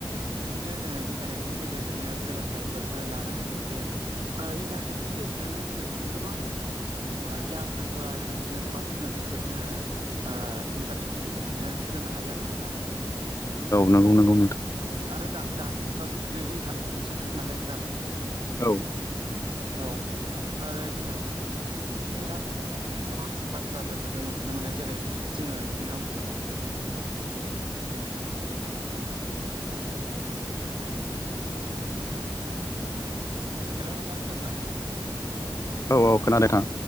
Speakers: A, on the right; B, on the left.
A: बिदिनो जोङो इन्टारनेटनि गेजेरजोंनो सोलोंथाइफोरबो लानो हायो जे ओ इन्टारनेटनि गेजेरजोंनो जोङो बिदिनो गोबां गियान फोरबो आरो बिदिनो गोबां सोलोंथाइफोर जोङो ओ इन्टारनेटनि गेजेरजोंनो सोलोंनो हायो आरो ना नोंथां <inaudible>
B: नांगौ नांगौ
A: आरो दा दानि जुगाथ' बिदिनो इन्टारनेटनिसो जुग नालाय नोंथां
B: औ
A: औ आरो जोंङो इन्टारनेटजोंनो बिदिनो गोबां बाथ्राफोरबो जों मोन्थिनो मोनो जेरै जोंङो बिदिनो हेलौ नोंथां खोनादोना?
B: औ औ खोनादों थां